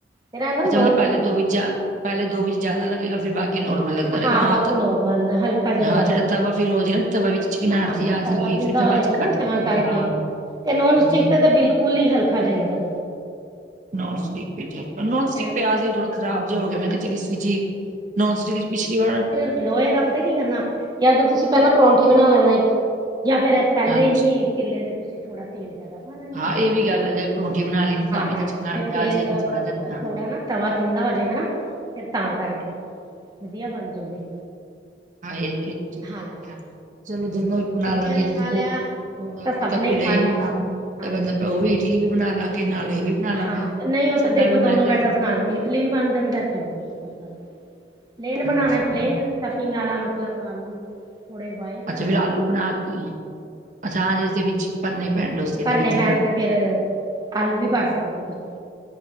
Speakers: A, on the right; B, on the right.
A: ਫੇਰ ਹੈ ਨਾ ਨੋਨ
B: ਅੱਛਾ ਮਲਬ ਪੈਲੇ ਦੋ ਵਿੱਚ ਜਾ ਪੈਲੇ ਦੋ ਵਿੱਚ ਜਿਆਦਾ ਲੱਗੇਗਾ ਫਿਰ ਬਾਕੀ ਨੋਰਮਲ ਲੱਗੇਗਾ। <unintelligible>
A: ਹਾਂ ਬਾਕੀ
B: ਹ
A: ਨੋਰਮਲ ਹਲਕਾ ਜਾ ਲਗਾ
B: ਹਾਂ ਜਿੜਾ
A: ਲੋ
B: ਤਵਾ ਫਿਰ ਓ ਜੇੜਾ ਤਵਾ ਵਿੱਚ ਚਿਕਨਾਹਟ
A: ਹਾਂ
B: ਜੀ ਆ ਜੇਗੀ
A: ਤਵਾ ਥਿੰਦਾ
B: ਫਿਰ ਤਾ
A: ਹੋ
B: ਬਾਅਦ
A: ਜਾਏਗਾ
B: ਚ ਘੱਟ
A: ਨਾ
B: ਦੇਖਨਾ
A: ਤਾਂ ਕਰਕੇ
B: ਹਾਂ
A: ਤੇ ਨੋਨ
B: ਹਾਂਜੀ
A: ਸਟਿਕ
B: ਹਾਂਜੀ।
A: ਤੇ ਤੇ ਬਿਲਕੁਲ ਹੀ ਹਲਕਾ ਜਿਆਂ ਲਗਾਨ।
B: ਨੋਨਸਟਿਕ ਵਿਚ ਏ ਨੋਨਸਟਿਕ
A: ਪੈਨ
B: ਪਿਆ ਜੇ ਥੋੜਾ ਖਰਾਬ ਜਿਆ ਹੋ ਗਿਆ ਮੈਂ ਕਿਆ ਚੱਲ ਏਸ ਵਿੱਚ ਈ। ਨੋਨਸਟਿੱਕ ਵਿੱਚ ਪਿਛਲੀ ਵਾਰ
A: ਲੋਏ ਦਾ ਪਤਾ ਕੀ ਕਰਨਾ ਜਾਂ ਤਾਂ ਤੁਸੀਂ ਪੈਲਾਂ ਪਰੌਂਠੀ ਬਣਾ ਲੈਣਾ ਇੱਕ ਜਾਂ ਫੇਰ ਪੈਲੇ
B: ਅੱਛਾ।
A: ਹੀ ਕਿੱਲੇ ਤੇ ਤੁਸੀਂ ਥੋੜਾ ਤੇਲ ਜਿਆਦਾ ਪਾ ਲੈਣਾਂ।
B: ਹਾਂ ਇ ਵੀ ਗੱਲ ਅਗਰ ਜੇ ਪਰੌਂਠੀ ਬਣਾ ਲੀ ਤਾਂ ਵੀ
A: ਹਾਂ
B: ਤਾਂ ਚਿਕਨਾਹਟ
A: ਹਾਂ ਤੇ ਤੇਲ
B: ਆ ਜੇਗੀ
A: ਅ,
B: ਥੋੜ੍ਹਾ ਜੇਆ।
A: ਥੋੜਾ ਨਾ ਤਵਾ ਥਿੰਦਾ ਹੋਜੇਗਾ ਨਾ ਫਿਰ ਤਾਂ ਕਰਕੇ ਵਧੀਆ ਬਣ ਜੂਗੀ।
B: ਹਾਂਏ ਇਕ ਚੀਜ <unintelligible> ਠੀਕ
A: ਹਾਂਜੀ
B: ਆ ਚਲੋ ਦੋਨੋਂ ਈ ਬਣਾ
A: ਬੱਚਿਆਂ
B: ਲਾਂਗੇ
A: ਨੇ ਖਾ
B: ਦੇਖੋ
A: ਲਿਆ
B: ਓਨੇ ਓ
A: ਸਭ
B: ਤਾਂ
A: ਨੇ
B: ਘੁੱਲਿਆ
A: ਖਾ
B: ਈ
A: ਲਿਆ
B: ਹੋਣਾ
A: ਹਾਂਜੀ
B: ਤਾਂ ਬੰਦਾ ਓਵੀ। ਇਡਲੀ ਵੀ ਬਣਾ ਲਾਂਗੇ ਨਾਲ ਏ ਵੀ ਬਣਾ ਲਾਂਗੇ
A: ਹਾਂ, ਨਹੀਂ ਉਹ
B: ਚਿੱਲਾ
A: ਤਾਂ ਦੇਖੋ
B: ਵੀ ਬਣਾ
A: ਦੋਨੋ
B: ਲਾਂਗੇ
A: ਬੈਟਰ
B: ਤੁਸੀਂ।
A: ਬਣਾ ਲੈਣੇ। ਤਲੀ ਵੀ ਬਣ ਜਾਂਦਾ, ਪਲੇਨ
B: ਹਾਂ
A: ਬਣਾਉਣਾ ਪਲੇਨ।
B: ਹਾਂ।
A: ਟਫਿੰਗ ਵਾਲਾ ਮਤਲਬ ਆਲੂ। ਪੂੜੇ ਬਾਈ।
B: ਅੱਛਾ ਫਿਰ ਆਲੂ ਬਣਾ ਕੇ, ਅੱਛਾ ਹਾਂ ਜ ਇਸਦੇ ਵਿੱਚ। ਭਰਨੇ ਪੈਣ ਡੋਸੇ ਦੇ
A: ਭਰਨੇ
B: ਵਿੱਚ
A: ਪੈਣ
B: ਹਨਾ।
A: ਤੇ ਫੇਰ ਆਲੂ ਵੀ ਭਰ ਸਕਦੇ ਹੋ ਤੁਸੀਂ